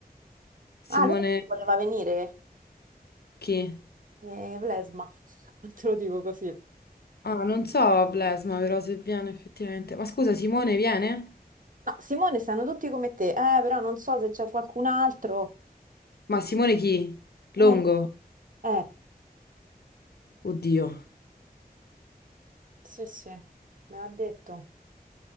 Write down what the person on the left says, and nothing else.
Simone,
chi?
Ah, non so, Blesma, però se viene effettivamente. Ma scusa, Simone viene?
Ma Simone chi?
Longo?
Oddio.